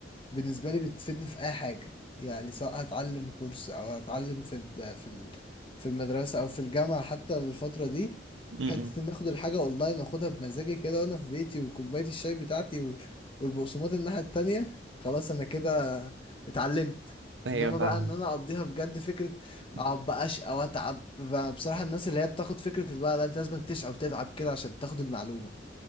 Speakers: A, on the left; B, on the right.
A: بالنسبة لي بتفيدني في اي حاجة يعني سواء هتعلم كورس او هتعلم في ال... في ال... في المدرسة او في الجامعة حتى للفترة دي
B: م-م.
A: حتة ان اخد الحاجة اونلاين واخدها بمزاجي كده وانا في بيتي وكوباية الشاي بتاعتي وال... والبقسماط الناحية التانية خلاص انا كده اتعلمت
B: ايوه
A: انما
B: فاهم
A: بقى ان انا اقضيها بجد فكرة
B: لا
A: اقعد بقى اشقى واتعب بقى- بصراحة الناس اللي هي بتاخد فكرة اللي بقى لا انت لازم تشقى وتتعب كده عشان تاخد المعلومة